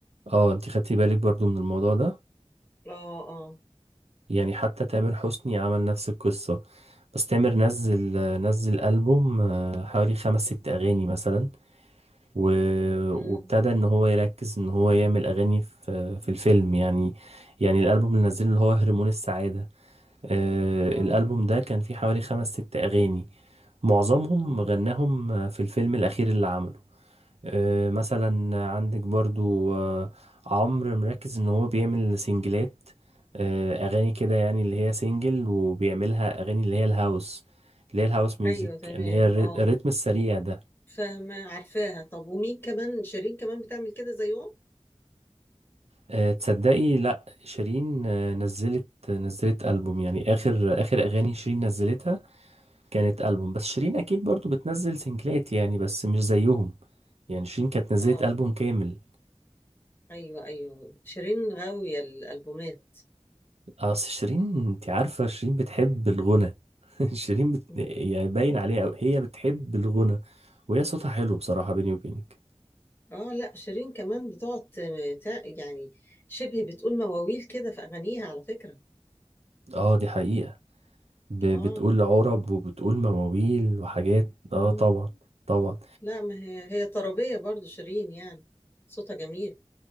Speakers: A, on the right (about 70°); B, on the left (about 20°).
A: اه انتي خدتي بالك برضو من الموضوع ده
B: اه اه
A: يعني حتى تامر حسني عمل نفس القصة بس تامر نزل نزل ألبوم آه، حوالي خمس ست أغاني مثلا و... وابتدى
B: امم
A: ان هو يركز ان هو يعمل اغاني في في الفيلم يعني يعني الالبوم اللي نزله اللي هو هرمون السعادة آه
B: اه
A: الالبوم ده كان فيه حوالي خمس ست اغاني معظمهم
B: امم
A: غناهم في الفيلم الاخير اللي عمله آه مثلا عندك برضو آه عمرو مركز ان هو بيعمل سنجلات آه اغاني كده يعني اللي هي سنجل وبيعملها اغاني اللي هي الهاوس اللي هي الهاوس ميوزك
B: ايوه تمام
A: اللي هي الري-
B: اه
A: الريتم السريع ده
B: فاهمه عارفاها طب ومين كمان شيرين كمان بتعمل كده زيهم
A: آه، تصدقي لا شيرين آه، نزلت نزلت ألبوم يعني آخر آخر أغاني شيرين نزلتها كانت ألبوم بس شيرين أكيد برضو بتنزل سنجلات يعني بس مش زيهم يعني شيرين كانت نزلت
B: اه
A: ألبوم كامل
B: ايوه ايوه شيرين غاويه الالبومات
A: أصل شيرين أنت عارفة شيرين بتحب الغنى <laughs> شيرين بت...
B: مم.
A: يعني باين عليها أوي، هي بتحب الغنى وهي صوتها حلو بصراحة بيني وبينك
B: اه لا شيرين كمان بتقعد ت- تع- يعني شبه بتقول مواويل كده في اغانيها على فكرة
A: اه دي حقيقة ب... بتقول
B: اه
A: عرب وبتقول مواويل وحاجات
B: مم.
A: اه طبعا طبعا
B: لا ما هي هي طربية برضو شيرين يعني صوتها جميل